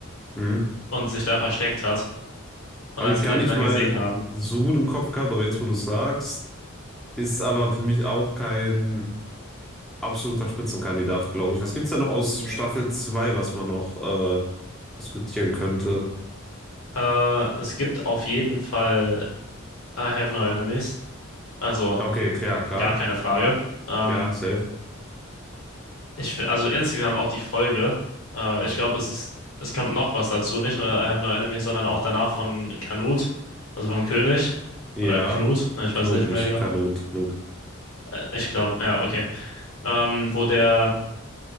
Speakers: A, in the centre; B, on the left (about 75°).
A: hm.
B: und sich da versteckt hat. Und
A: Habe
B: als
A: ich
B: sie
A: gar
B: den
A: nicht
B: dann
A: mal
B: gesehen haben,
A: so gut im Kopf gehabt, aber jetzt, wo du es sagst, ist aber für mich auch kein absoluter Spitzenkandidat, glaube ich. Was gibt's da noch aus
B: nee.
A: Staffel 2, was man noch äh, diskutieren könnte?
B: Äh, es gibt auf jeden Fall I have no enemies. Also
A: Okay, klar, klar.
B: gar keine Frage. Ähm,
A: Ja, safe.
B: ich, fi- also insgesamt auch die Folge. Äh, ich glaube, es ist, es kommt noch was dazu. Nicht nur I have no enemies, sondern auch danach von Canute, also vom König.
A: Ja,
B: Oder Knut, ne, ich
A: Knut
B: weiß nicht
A: nicht.
B: mehr genau.
A: Kanut, Knut.
B: Äh, Ich glaube, ja, okay. Ähm, wo der